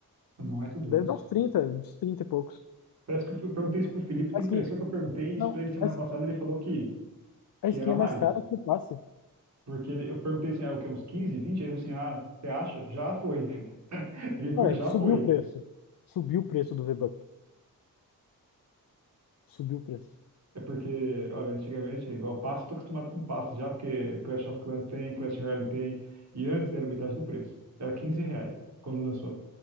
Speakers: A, on the right (about 50°); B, on the left (about 70°).
A: Não é tudo
B: Deve
A: isso.
B: dar uns 30, uns 30 e poucos.
A: Parece que eu eu perguntei isso pro Felipe, tem
B: A skin,
A: impressão que eu perguntei isso
B: não,
A: pra ele semana
B: a
A: passada, ele falou que,
B: a
A: que
B: skin
A: era
B: é
A: mais.
B: mais cara que o passe.
A: Porque ele- eu perguntei assim, ah, o que, uns quinze 20? Aí ele falou assim, ah, você acha? Já foi. <laughs> Ele falou
B: Não,
A: que
B: é
A: já
B: que subiu
A: foi.
B: o preço. Subiu o preço do V-Buck. Subiu o preço.
A: É porque, olha, antigamente, igual passe, tô acostumado com passe já, porque Clash of Clans tem, Clash Royale tem, e antes era metade do preço. Era 15 reais quando lançou.